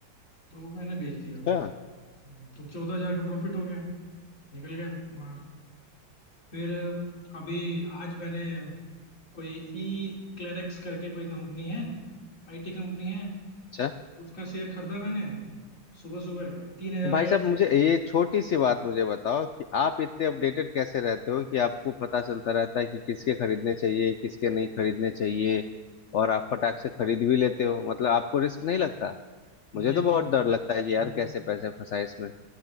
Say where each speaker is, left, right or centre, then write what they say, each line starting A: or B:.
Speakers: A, on the left; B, on the left.
A: तो मैंने बेच दिया वो
B: अच्छा
A: हम्म, तो चौदह हजार का प्रॉफिट हो गया निकल गया बाहर फिर अभी आज मैंने कोई ई क्लेरेक्स करके कोई कंपनी है आईटी कंपनी है
B: अच्छा
A: उसका शेयर खरीदा मैंने सुबह सुबह तीन हजार
B: भाई
A: का एक
B: साहब
A: शेयर
B: मुझे ये छोटी सी बात मुझे बताओ कि आप इतने अपडेटेड कैसे रहते हो कि आपको पता चलता रहता है कि किसके खरीदने चाहिए किसके नहीं खरीदने चाहिए और आप फटाक से खरीद भी लेते हो मतलब आपको रिस्क नहीं लगता
A: नहीं
B: मुझे तो
A: नहीं
B: बहुत डर लगता है कि यार
A: हम्म,
B: कैसे पैसे फंसाए इसमें